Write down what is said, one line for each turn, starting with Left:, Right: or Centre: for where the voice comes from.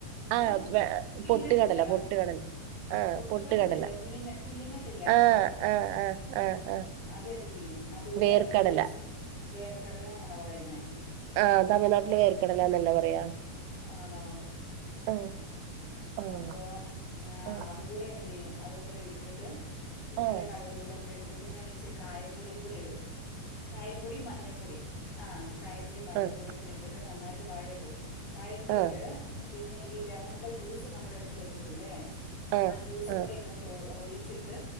Left: എന്തോ
Right: ആഹ്
Left: പീനട്ട്
Right: പൊട്ട് കടല
Left: ഇല്ലേടാ
Right: പൊട്ട് കടല ആഹ
Left: പൊട്ടുകടലയല്ല
Right: പൊട്ട് കടല
Left: പീന പീനട്ട് ഇല്ലേടാ
Right: ആഹ് ആഹ് ആഹ് ആഹ് ആഹ്
Left: അതെന്തിയ്യും അതുകൂടെ
Right: വേർക്കടല
Left: ഒരിച്ചിരി വേർക്കടല എന്നാണോ പറയുന്നേ
Right: ആഹ് തമിഴ്നാട്ടില് വേർക്കടലാന്നല്ലെ പറയാ
Left: ആണോ
Right: ആഹ് ആഹ്
Left: അപ്പോ ന്നാ
Right: ആഹ്
Left: അത്- കൂടെ എന്ത് ചെയ്യും അത കൂടെ ഇട്ടിട്ട് പിന്നെ
Right: ആഹ്
Left: നല്ല കറിവേപ്പിലും കൂടെ ഇട്ടിട്ട് പിന്നെ ഞാൻ ഇച്ചിരി കായപ്പൊടിയും കൂടി ഇടും കായപ്പൊടി മഞ്ഞൾപ്പൊടി ആ കായപ്പൊടി മഞ്ഞൾപ്പൊടിയും
Right: ആഹ്
Left: കൂടി ഇട്ടിട്ട് നന്നായിട്ട് വഴട്ടും വഴറ്റിയിട്ട്
Right: ആഹ്
Left: പിന്നെ ഈ ലെമൺ ണ്ടെ ജ്യൂസ് നമ്മൾ എടുത്ത് വെച്ചിട്ടില്ലേ
Right: ആഹ്
Left: ആ ജ്യൂസും
Right: ആഹ്
Left: കൂടി ഇങ്ങട്ട് ഒഴിച്ചിട്ട്